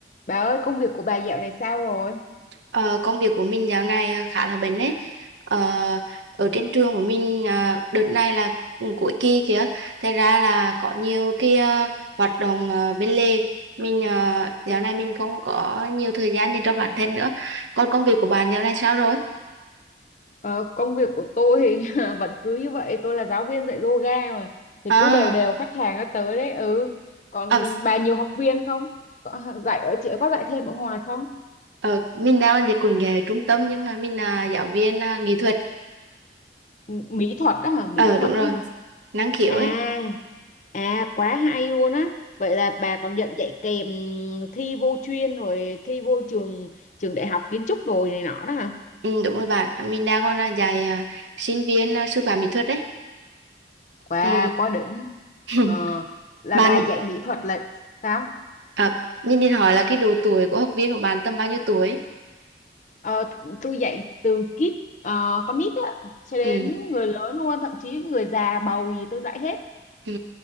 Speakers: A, on the left; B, on the right.
A: Bà ơi, công việc của bà dạo này sao rồi?
B: Ờ, công việc của mình dạo này ờ, khá là bận ấy. Ờ, ở trên trường của mình ờ, đợt này là cũng cuối kỳ kìa, thành ra là có nhiều cái ờ, hoạt động ờ, bên lề. Mình ờ, dạo này mình không có nhiều thời gian dành cho bản thân nữa. Còn công việc của bạn dạo này sao rồi?
A: Ờ, công việc của tôi thì <laughs> vẫn cứ như vậy, tôi là giáo viên dạy yoga mà. Thì
B: À,
A: cứ đều đều khách hàng nó tới đấy, ừ. Còn
B: ờ,
A: bà nhiều học viên không? Có dạy ở chị có dạy thêm ở ngoài không?
B: ờ, mình đang về cùng về trung tâm nhưng mà mình là giáo viên ờ, nghệ thuật.
A: M- Mỹ thuật đó hả? Mỹ
B: Ờ đúng
A: thuật
B: rồi,
A: đó hả?
B: năng khiếu
A: À,
B: ấy.
A: à quá hay luôn á. Vậy là bà còn nhận dạy kèm thi vô chuyên rồi thi vô trường trường đại học kiến trúc rồi này nọ đó hả?
B: Ừ, đúng rồi bạn, mình đang còn là dạy ờ, sinh viên ờ, sư phạm mỹ thuật đấy.
A: Quá
B: Ừ.
A: quá đỉnh.
B: <laughs>
A: Ờ, là
B: bạn
A: bà dạy mỹ thuật là sao?
B: À, mình định hỏi là cái độ tuổi của học viên của bạn tầm bao nhiêu tuổi?
A: Ờ, tôi dạy từ kid ờ, con nít á cho đến
B: Ừ,
A: người lớn luôn thậm chí người già bầu gì tôi dạy hết
B: ừ.